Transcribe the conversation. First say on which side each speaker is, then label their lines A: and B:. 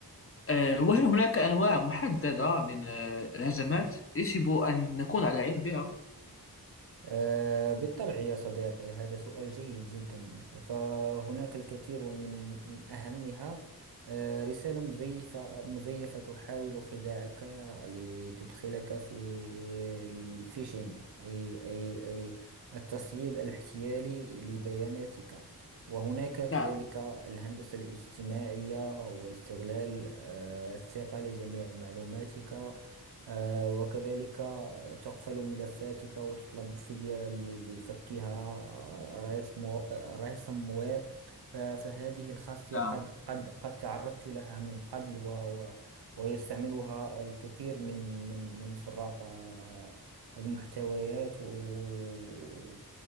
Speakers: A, on the left; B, on the right.
A: أه، وهل هناك أنواع محددة من أه، الهجمات يجب أن نكون على علم بها؟
B: آه، بالطبع يا صديقي هذا سؤال جيد جدا فهناك الكثير ومن أهمها آه، رسالة مزيفة مزيفة تحاول خداعك لتدخلك في الفيشن أي أي أي التصعيد الاحتيالي لبياناتك وهناك كذلك
A: نعم
B: الهندسة الاجتماعية واستغلال آه، الثقة لجميع معلوماتك آه، وكذلك تقفل ملفاتك وتطلب فدية ل- لفكها آه، رئيس مو... آه، رئيس موير ف- فهذه الخاصية
A: نعم
B: قد قد قد تعرضت لها من قبل و... و... ويستعملها الكثير من من من سراق آه، المحتويات و...